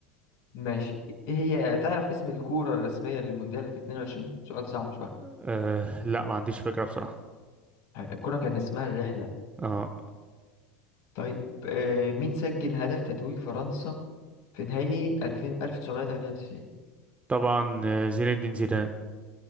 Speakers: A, on the left (about 50°); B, on the right (about 20°).
A: ماشي إيه هي تعرف اسم الكورة الرسمية للمونديال في 22 سؤال صعب شوية
B: آه، لا ما عنديش فكرة بصراحة
A: الكورة كان اسمها الرحلة
B: اه
A: طيب آه مين سجل هدف تتويج فرنسا في نهائي 2000 1998
B: طبعا آه، زين الدين زيدان